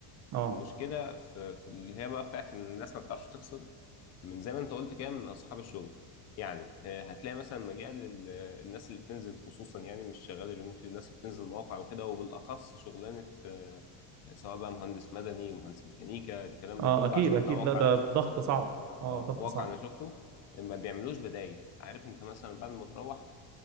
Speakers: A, on the right; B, on the left.
A: اه
B: المشكله في, في اللي هي بقى بتاعت ان الناس ما بتعرفش تفصل من زي ما انت قلت كده من اصحاب الشغل يعني آه، هتلاقي مثلا مجال ال- آه، الناس اللي بتنزل خصوصا يعني مش شغال ريموتلي الناس اللي بتنزل مواقع وكده وبالاخص شغلانه آه، آه، سواء بقى مهندس مدني مهندس ميكانيكا الكلام ده
A: اه
B: كله
A: اكيد
B: عشان
A: اكيد
B: ده واقع
A: لا ده
B: انا شفته
A: ضغط صعب
B: اه
A: اه ضغط
B: واقع
A: صعب
B: انا شفته ما بيعملوش بدايل عارف انت مثلا بعد ما تروح